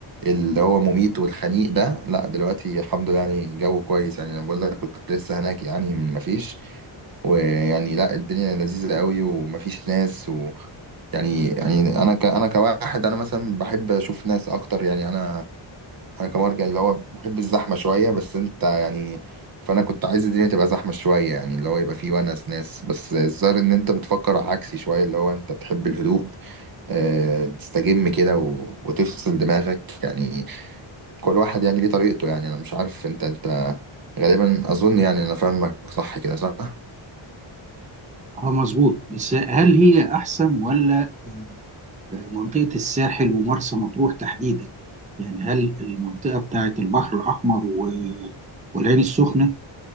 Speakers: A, on the right (about 45°); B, on the right (about 15°).
A: اللي هو مميت والخنيق ده لا دلوقتي الحمد لله يعني جو كويس يعني انا بقول لك كنت لسه هناك يعني من ما فيش ويعني لا الدنيا لذيذة قوي ومفيش ناس و يعني يعني انا ك انا كواحد انا مثلا بحب اشوف ناس اكتر يعني انا انا كمان كان اللي هو بحب الزحمه شويه بس انت يعني فانا كنت عايز الدنيا تبقى زحمه شويه يعني اللي هو يبقى فيه ونس ناس بس الظاهر ان انت بتفكر عكسي شويه اللي هو انت بتحب الهدوء أه تستجم كده و... وتفصل دماغك يعني كل واحد يعني ليه طريقته يعني انا مش عارف انت انت غالبا اظن يعني انا فاهمك صح كده صح
B: اه مظبوط بس هل هي احسن ولا آه، منطقه الساحل ومرسى مطروح تحديدا يعني هل المنطقه بتاعه البحر الاحمر و- والعين السخنه